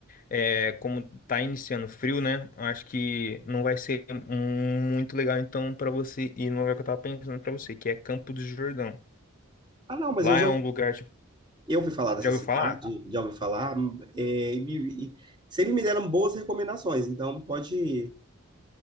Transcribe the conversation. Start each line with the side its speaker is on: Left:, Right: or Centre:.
Left: é, como tá iniciando frio, né? Acho que não vai ser muito legal então pra você ir no lugar que eu tava pensando pra você, que é Campo do Jordão.
Right: Ah, não, mas
Left: Lá
Right: eu já
Left: é um lugar, tipo,
Right: eu ouvi falar dessa
Left: já ouviu
Right: cidade,
Left: falar?
Right: já ouvi falar, é, e, me- e sempre me deram boas recomendações, então pode,